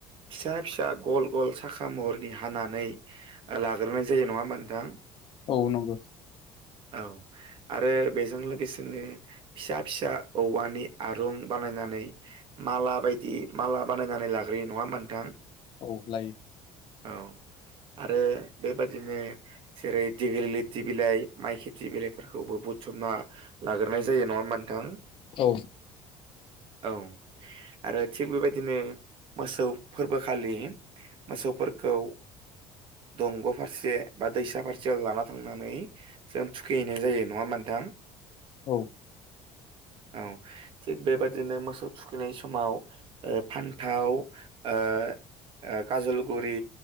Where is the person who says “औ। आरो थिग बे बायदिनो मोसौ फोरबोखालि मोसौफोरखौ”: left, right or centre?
Right